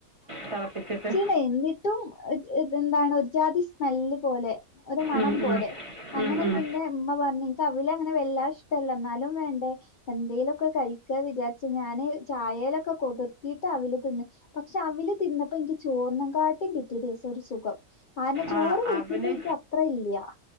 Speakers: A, on the right (about 30°); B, on the left (about 65°).
A: തെളപ്പിച്ചിട്ട്
B: പ്പെന്നിട്ടും ഇത് ഇതെന്താണ് ഒരു ജാതി സ്മെല്ല് പോലെ. ഒരു മണം
A: ഉം
B: പോലെ
A: ഉം
B: അങ്ങനെ
A: ഉം ഉം
B: പിന്നെ ഉമ്മ പറഞ്ഞനിക്കവല് അങ്ങനെ വെല്ലഷ്ടല്ലന്നാലും വേണ്ടേ എന്തേലൊക്കെ കഴിക്കാ വിചാരിച്ച് ഞാന് ചായേലൊക്കെ കൊതിർതീട്ടവല് തിന്ന്. പക്ഷെ അവില് തിന്നപ്പോ നിക്ക് ചോർണിക്കാട്ടും പിറ്റേ ദിവസൊരു സുഖം. കാരണം ചോറ്
A: ആ
B: കഴിക്കുമ്പനിക്ക്
A: അവല്
B: അത്ര ഇല്ല്യ.